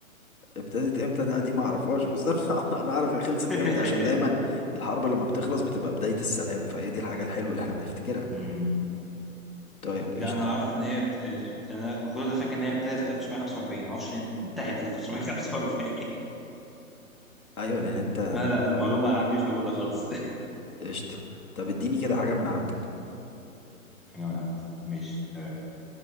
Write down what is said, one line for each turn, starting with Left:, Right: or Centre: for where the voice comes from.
Left: ابتدت امتى لا دي ما اعرفهاش بس <laughs> انا أنا اعرف هي خلصت
Centre: <laughs>
Left: امتى عشان دايما الحرب لما بتخلص بتبقى بداية السلام فهي دي الحاجة الحلوة اللي احنا بنفتكرها
Centre: امم
Left: طيب قشطة
Centre: لا انا اعرف ان هي بت... بت... انا كنت فاكر ان هي ابتدت في 1945 ما اعرفش إن هي انتهت في 1945
Left: ايوه لان انت
Centre: لا لا المعلومة عندي مش موجودة خالص <laughs>
Left: قشطة طب اديني كده حاجة من عندك
Centre: حاجة من عندي ماشي تمام